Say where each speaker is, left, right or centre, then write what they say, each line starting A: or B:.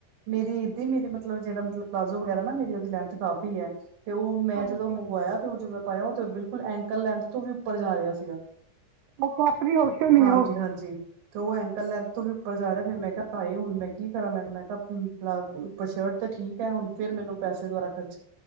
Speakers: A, on the right; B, on the right.
A: ਮੇਰੀ ਇਦੀ ਮੇਰੀ ਮਤਲਬ ਜਿਹੜਾ ਮਤਲਬ ਪਲਾਜ਼ੋ ਵਗੈਰਾ ਨਾ ਮੇਰੀ ਉਹਦੀ ਲੈਂਥ ਕਾਫੀ ਐ। ਤੇ ਉਹ ਮੈਂ
B: ਹਾਂਜੀ
A: ਜਦੋਂ ਮੰਗਵਾਇਆ ਤੇ ਉਹ ਜਦੋਂ ਮੈਂ ਪਾਇਆ, ਉਹ ਤੇ ਬਿਲਕੁਲ ਐਂਕਲ ਲੈਂਥ ਤੋਂ ਵੀ ਉੱਪਰ ਜਾ ਰਿਹਾ ਸੀਗਾ।
B: ਉਹ ਕਾਫਰੀ ਹੋ ਗਏ ਨਹੀਂ
A: ਹਾਂਜੀ-ਹਾਂਜੀ
B: ਹੋ
A: ਤੇ ਉਹ ਐਂਕਲ ਲੈ ਤੋਂ ਵੀ ਉੱਪਰ ਜਾ ਰਿਹਾ, ਫਿਰ ਮੈਂ ਕਿਹਾ ਹਾਏ ਹੁਣ ਮੈਂ ਕੀ ਕਰਾਂ, ਮੈਂ ਕਿਹਾ -ਮੈਂ ਕਿਹਾ ਪਲਾਜ਼ੋ ਸ਼ਰਟ ਤੇ ਠੀਕ ਐ, ਹੁਣ ਫੇਰ ਮੈਨੂੰ ਪੈਸੇ ਦੁਆਰਾ ਖਰਚ